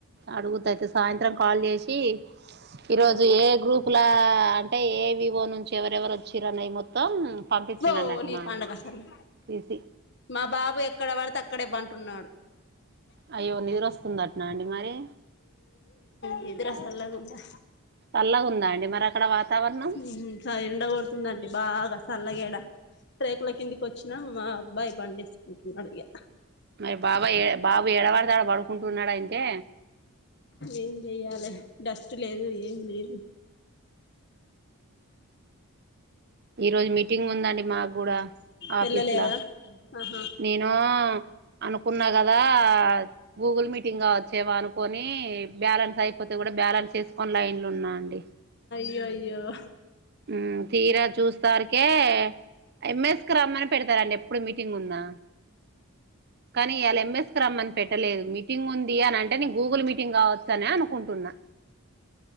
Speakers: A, on the right; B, on the left.
A: అడుగుతయితె సాయంత్రం కాల్ జేశి ఈరోజు
B: ఉమ్
A: ఏ గ్రూప్ కులా అంటే ఏ వివో నుంచి ఎవరెవరు వచ్చిర్రనే మొత్తం పంపించిండు
B: ఓ
A: అన్నట్టు
B: నీ
A: మా
B: పండగ సర్లే
A: తీసి
B: మా బాబే ఎక్కడ వడితే అక్కడే బంటున్నాడు
A: అయ్యో నిదురొస్తుందట్నా అండి మరే
B: నిద్ర సల్లగుండా
A: చల్లగా ఉందా అండి మరి అక్కడ వాతావరణం
B: ఉహు చాలా ఎండగొడుతుందండి బాగా సల్లగేడ రేకుల కిందికొచ్చినం మా అబ్బాయి బండేస్కుంటున్నాడు ఇగ
A: మరి బాబాయ్ ఎ బాబు ఏడవడ్తె పడుకుంటున్నాడు అంటే
B: ఏం జేయాలి డస్ట్ లేదు ఏం లేదు
A: ఈ రోజు మీటింగ్ ఉందండి మాకు గూడా ఆఫీస్లా
B: వెళ్ళలేదా ఆహా
A: నేను అనుకున్నా గదా గూగుల్ మీట్ టింగా వచ్చేవా అనుకొని బ్యాలెన్స్ అయిపోతే గూడా బ్యాలెన్స్ ఎస్కొని లైన్లు ఉన్నా అండి
B: అ యో యో హా
A: ఉమ్ తీరా చూస్తారుకే ఎంఎస్ స్కి రమ్మని పెడతారండి ఎప్పుడు మీటింగ్ ఉన్నా కానీ ఇయాల ఎంఎస్ కి రమ్మన్ పెట్టలేదు మీటింగ్ ఉంది అని అంటే నేను గూగుల్ మీటింగ్ కావచ్చని అనుకుంటున్నా